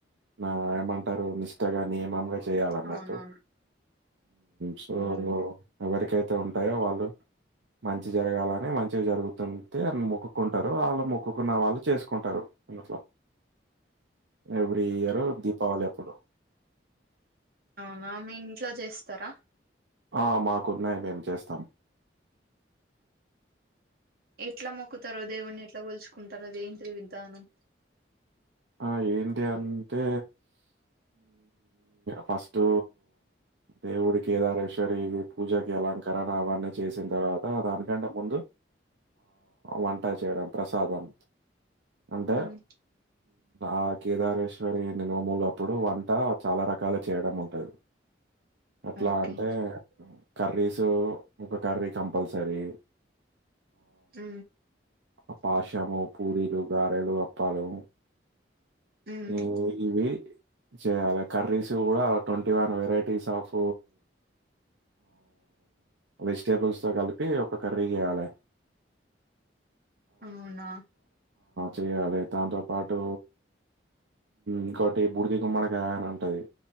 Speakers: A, on the right (about 75°); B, on the right (about 50°).
A: నా ఏమంటారు నిష్టగా నియమంగా చేయాలన్నట్టు
B: అవునవును
A: సో
B: అవును
A: ఎవరికైతే ఉంటాయో వాళ్ళు మంచి జరగాలని మంచిగా జరుగుతుంటే మొక్కుంటారు వాళ్ళు మొక్కున్న వాళ్ళు చేసుకుంటారు <unintelligible> ఎవ్రీ ఇయర్ దీపావళి అప్పుడు.
B: అవునా మీ <unintelligible> చేస్తార
A: ఆ మాకున్నాయి మేము చేస్తాం
B: ఎట్లా మొక్కుతారో దేవుణ్ని ఎట్లా పోల్చుకుంటారో <unintelligible> విధానం
A: ఆ ఏంటి అంటే ఫస్ట్ దేవుడి కేదరేశ్వరి పూజకి అలంకరణ అవన్నీ చేసిన తర్వాత దానికంటే ముందు వంట చేయడం ప్రసాదం అంటే
B: ఉమ్
A: ఆ కేదారేశ్వరి నోములు అప్పుడు వంట చాల రకాలు చేయడం ఉంటది అట్లా
B: ఓకే
A: అంటే కర్రీసు ఒక కర్రీ కంపల్సరీ
B: హు
A: ఆ పాషము పూరీలు గారెలు అప్పలు
B: ఉమ్
A: <unintelligible> చేయాలి కర్రీస్ కూడ ట్వంటీ వన్ వెరైటీస్ ఆఫ్ వెజిటేబుల్స్తో కలిపి ఒక కర్రీ చేయాలే
B: అవున
A: చెయాలి దాంతో పాటు ఇంకోటి బుడిది గుమ్మడికాయా అని ఉంటది